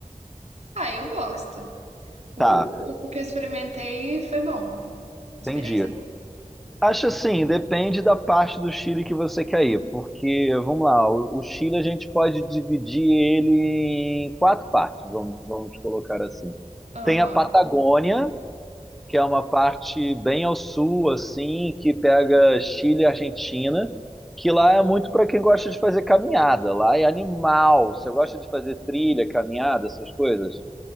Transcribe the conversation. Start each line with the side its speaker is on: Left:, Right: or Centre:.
Right: ah, eu gosto. O
Centre: Tá,
Right: o pouco que eu experimentei foi bom. Experiência
Centre: entendi.
Right: é boa.
Centre: Acho assim, depende da parte do Chile que você quer ir, porque, vamos lá, o, o Chile a gente pode dividir ele em quatro partes, vamos, vamos colocar assim.
Right: Aham.
Centre: Tem a Patagônia, que é uma parte bem ao sul, assim, que pega Chile e Argentina, que lá é muito para quem gosta de fazer caminhada, lá é animal. Você gosta de fazer trilha, caminhada, essas coisas?